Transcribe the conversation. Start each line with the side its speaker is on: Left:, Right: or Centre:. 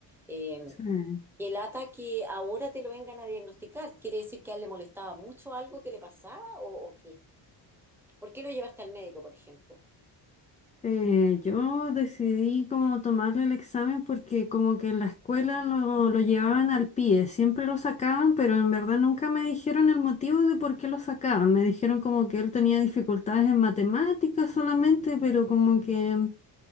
Centre: Eh,
Left: Sí.
Centre: que lata que ahora te lo vengan a diagnosticar, ¿quiere decir que a él le molestaba mucho algo que le pasaba o, o qué? ¿Por qué lo llevaste al médico, por ejemplo?
Left: Eh, yo decidí como tomarle el examen porque como que en la escuela lo, lo llevaban al pie, siempre lo sacaban, pero en verdad nunca me dijeron el motivo de por qué lo sacaban. Me dijeron como que él tenía dificultades en matemáticas solamente, pero como que